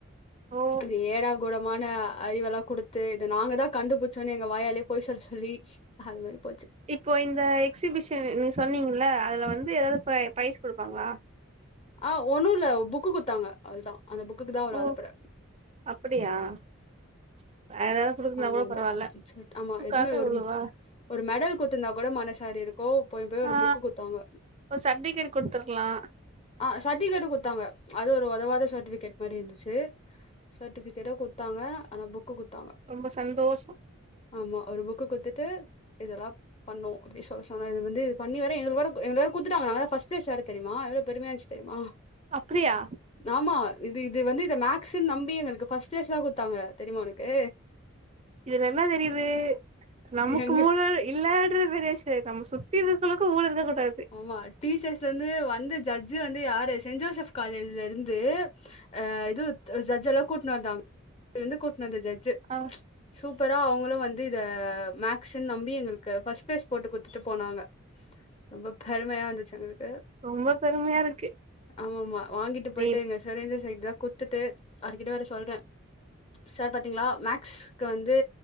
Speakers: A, on the right; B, on the left.
A: ஓ
B: இப்டி ஏடா குடமான அறிவெலா குடுத்து இத நாங்க தா கண்டுபுடி ச்சோஎங்க வாயாலயே பொய் சொல்ல சொல்லி அது மாரி போச்சு
A: இப்போ இந்த எக்ஸிபிஷன் நீங்க சொன்னீங்கல்ல அதுல வந்து எதாவது ப்ரை ப்ரைஸ் குடுப்பாங்களா
B: ஆ ஒன்னு இல்ல புக்கு குடுத்தாங்க அவ்ளோ தா அந்த புக்குக்கு தா அவ்ளோ
A: ஓ
B: அலப்பற
A: அப்படியா <inaudible> குடுக்கலன்னா
B: ஆமா
A: கூட
B: ஆமா
A: பரவால்ல நட்புக்காக
B: சொல்ட் ஆமா எதுமே ஒரு
A: இவ்ளவா
B: ஒரு மெடல் குத்துருந்தா கூட மனசாரிருக்கு போய் போய் ஒரு
A: ஆ
B: புக் குடுத்தாங்க
A: ஒரு சர்டிஃபிகேட் குடுத்துருக்கலா
B: ஆ சர்டிபிகேட்டு் குடுத்தாங்க அது ஒரு உதவாத சர்டிபிகேட் மாரி இருந்துச்சி சர்டிபிகேட்டா குடுத்தாங்க ஆனா புக்கு குடுத்தாங்க
A: ரொம்ப சந்தோஷோ
B: ஆமா ஒரு புக்கு குத்துட்டு இதெல்லாப் பண்ணோ அப்டி சொல்ல சொன்னா இது வந்து பண்ணிவர எங்களுக்கு வேற எங்களுக்கு வேற குத்துட்டாங்க நாங்க தா ஃபர்ஸ்ட் ப்ரைஸ் யார் தெரியுமா எவ்ளோ பெருமையா இருந்துச்சு தெரிமா
A: அப்புடியா
B: ஆமா இது இது வந்து இத மேக்ஸ்ன்னு நம்பி எங்களுக்கு பஸ்ட் ப்ளைஸ் தா குடுத்தாங்க தெரியுமா உனக்கு
A: இதுல்லா என்ன தெரியுது நமக்கு
B: எங்க
A: மூல இல்லன்றது பெரிய கேக்காம சுத்தி இருக்குவளுக்கு ஊர் இருக்கக்கூடாது
B: ஆமா டீச்சர்ஸ் வந்து வந்த ஜட்ஜ் வந்து யாரு செயின்ட் ஜோசப் காலேஜ்ல இருந்து ஆ இது ஜட்ஜ் எல்லா கூட்டுணு வந்தாங்க <inaudible> கூட்டுனு வந்த ஜட்ஜி
A: ஆ
B: சூப்பரா அவங்களும் வந்து இத மேக்ஸ்ன்னு நம்பி எங்களுக்கு ஃபர்ஸ்ட் ப்ளைஸ் போட்டு குடுத்துட்டு போனாங்க ரொம்ப பெருமையா இருந்துச்சு எங்களுக்கு
A: ரொம்ப பெருமையா இருக்கு
B: ஆமாமா வாங்கிட்டு
A: நீ
B: போயிட்டேங்க தெரிஞ்ச சைட் எல்லா குத்துட்டு அவர்கிட்ட வேற சொல்ற சார் பாத்தீங்களா மேக்ஸ்க்கு வந்து